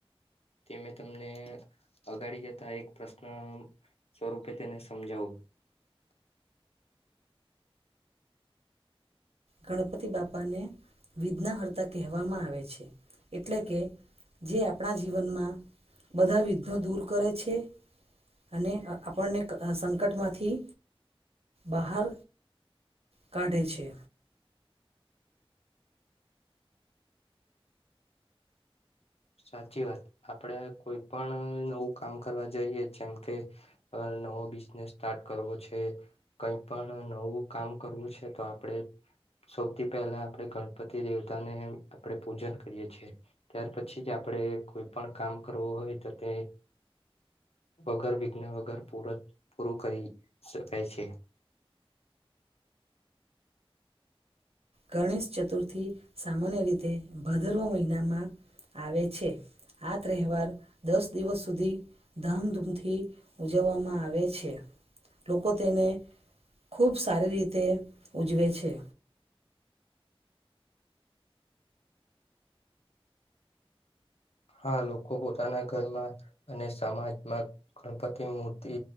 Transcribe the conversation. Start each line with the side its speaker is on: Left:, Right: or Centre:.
Left: તે મે તમને અગાડી જતા એક પ્રશ્ન સ્વરૂપે તેને સમજાવો
Right: ગણપતિ બાપાને વિક્ષનહરતા કહેવામાં આવે છે એટલે કે જે આપણા જીવનમાં બધા વિઘ્નો દૂર કરે છે. અને આપણને ક સંકટમાંથી બહાર કાઢે છે.
Left: સાચી વાત આપડે કોઈ પણ નવું કામ કરવા જઈએ જેમ કે કાલ નવો બિઝનેસ સ્ટાર્ટ કરવો છે. કઈ પણ નવું કામ કરવું છે તો આપડે સૌથી પહેલા આપણે ગણપતિ દેવતાને આપણેે પૂજન કરીએ છીએ ત્યાર પછી. પછી જ આપણે કોઈ પણ કામ કરવું હોય તો તે વગર વિઘ્ન વગર પૂરત પૂરું કરી શકાય છે.
Right: ગણેશ ચતુર્થી સામાન્ય રીતે ભાદરવ મહિનામાં આવે છે. આ તહેવાર દસ દિવસ સુધી ધામધૂમથી ઉજવવામાં આવે છે લોકો તેને ખૂબ સારી રીતે ઉજવે છે.
Left: હા લોકો પોતાના ઘરમાં અને સમાજમાં ગણપતિ મૂર્તિ